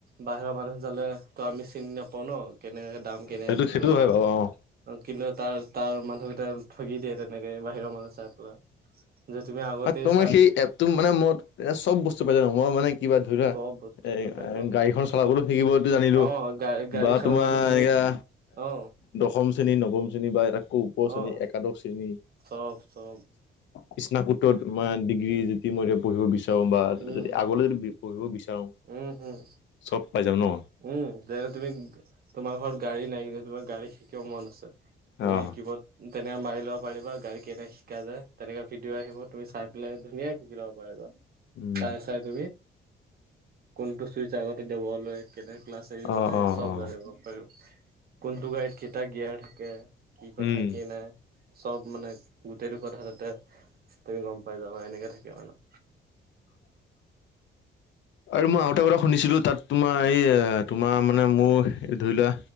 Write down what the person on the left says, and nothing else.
সেইটো
সেইটো
হয় বাৰু অ
তোমাৰ
সেই এপটো মানে ম এ চ'ব বস্তু পাই জানো মই মানে কিবা ধৰা
এ
গাড়ীখন চলাবলৈ শিকিবত জানিলোঁ
বা তোমাৰ
এনেকয়া
দশম শ্ৰেণী, নৱম শ্ৰেণীৰ বা এটা উপ শ্ৰেণী,
একাদশ্ৰেণী
কৃষ্ণৰ পূত্ৰৰ ডিগ্ৰী যদি মই পঢ়িব বিচাৰো বা
যদি
আগলৈ যদি পঢ়িব বিচাৰো
চ'ব পাই যাম ন।
অ
উম
অ
অ
অ
উম
<inaudible> আৰু মই আও এটা কথা শুনিছিলো, তাত তোমাৰ এই তোমাৰ মানে মোৰ ধৰি লোৱা